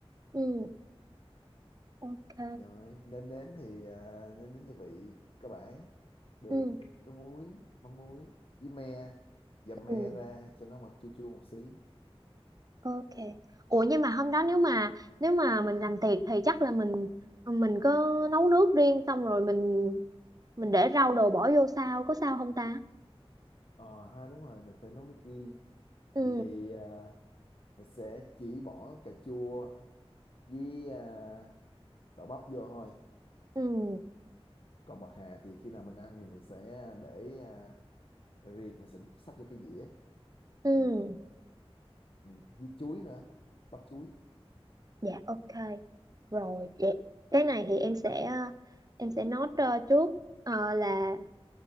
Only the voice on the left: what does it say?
rồi nêm nếm thì à, nêm nếm gia vị cơ bản đường
nước muối mắm muối với me dầm me
ra cho nó mặn chua chua một xí
ờ ha đúng rồi mình phải nấu nước riêng
vậy thì à, mình sẽ chỉ bỏ cà chua với à, đậu bắp vô thôi
còn bạc hà thì khi nào mình ăn thì mình sẽ để à, riêng mình sẽ sắp vô cái dĩa
riêng ừ, với chuối nữa bắp chuối
ok